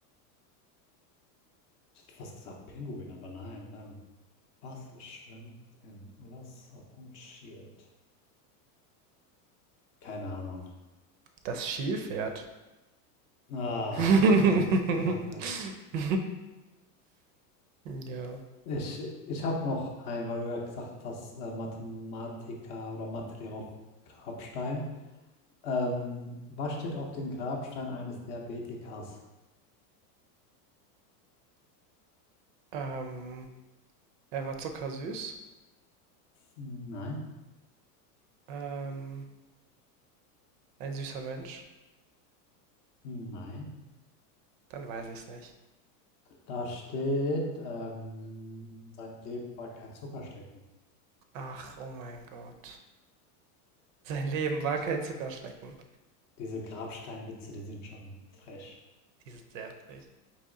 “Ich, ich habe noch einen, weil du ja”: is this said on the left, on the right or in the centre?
Left